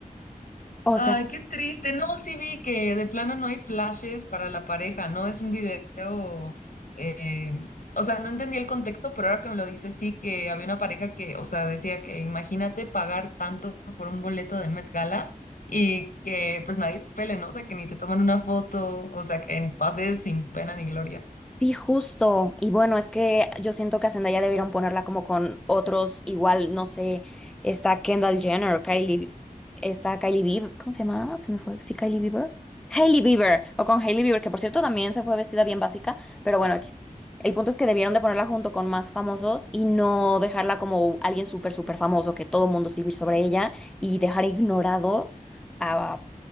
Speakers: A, in the centre; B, on the left.
A: o
B: Ay,
A: sea
B: qué triste. No, sí vi que de plano no hay flashes para la pareja, ¿no? Es un video, eh, o sea, no entendí el contexto, pero ahora que me lo dices, sí que había una pareja que, o sea, decía que imagínate pagar tanto por un boleto del Met Gala y que pues nadie te pele, ¿no? O sea, que ni te toman una foto, o sea, que pases sin pena ni gloria.
A: Sí, justo. Y bueno, es que yo siento que a Zendaya debieron ponerla como con otros, igual, no sé, está Kendall Jenner Kylie, está Kylie Bieber, ¿cómo se llama? Se me fue, sí, Kylie Bieber. Hailey Bieber, o con Hailey Bieber, que por cierto también se fue vestida bien básica, pero bueno, X. El punto es que debieron de ponerla junto con más famosos y no dejarla como alguien súper, súper famoso, que todo mundo se sobre ella y dejar ignorados a